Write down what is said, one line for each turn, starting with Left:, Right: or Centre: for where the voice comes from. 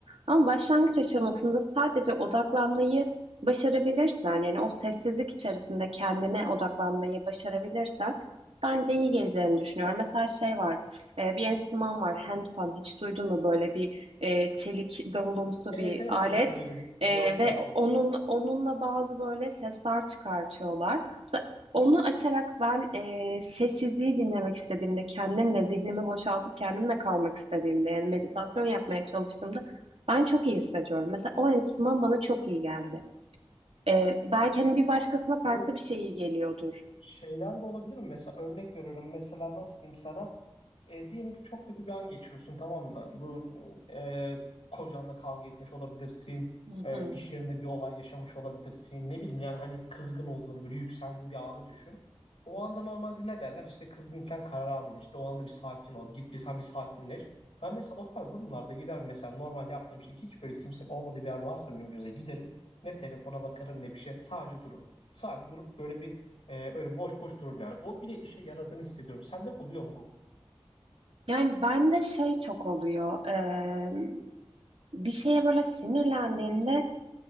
Right: Ama başlangıç aşamasında sadece odaklanmayı başarabilirsen, yani o sessizlik içerisinde kendine odaklanmayı başarabilirsen bence iyi geleceğini düşünüyorum. Mesela şey var, e, bir enstrüman var, handpan. Hiç duydun mu böyle bir e, çelik davulumsu
Left: Evet
Right: bir
Left: evet
Right: alet?
Left: duydum duydum.
Right: E,
Left: Gördüm
Right: ve
Left: daha doğrusu.
Right: onun onunla bazı böyle sesler çıkartıyorlar. Mesela Onu açarak ben e, sessizliği dinlemek istediğimde, kendimle zihnimi boşaltıp kendimle kalmak istediğimde, yani meditasyon yapmaya çalıştığımda ben çok iyi hissediyorum. Mesela o enstrüman bana çok iyi geldi. Ee, belki hani bir başkasına farklı
Left: Bu
Right: bir şey iyi geliyordur.
Left: şeyden de olabilir mi? Mesela örnek veriyorum. Mesela nasıl diyeyim sana? E, diyelim ki çok kötü bir an geçiriyorsun tamam mı? Bu e, kocanla kavga etmiş olabilirsin.
Right: Hı
Left: E,
Right: hı.
Left: iş yerinde bir olay yaşamış olabilirsin. Ne bileyim yani hani kızgın olduğunu böyle yükseldiğin bir anı düşün. O anda normalde ne derler? İşte kızgınken karar alma. İşte o anda bir sakin ol. Git bir sen bir sakinleş. Ben mesela o tarz durumlarda gider mesela normal yaptığım şey hiç böyle kimsenin olmadığı bir yer varsa benim göze giderim. Ne telefona bakarım ne bir şey. Sadece dururum. Sadece durup böyle bir e, öyle boş boş dururum yani. O bile işe yaradığını hissediyorum. Sende oluyor mu bu?
Right: Yani bende şey çok oluyor. Ee, bir şeye böyle sinirlendiğimde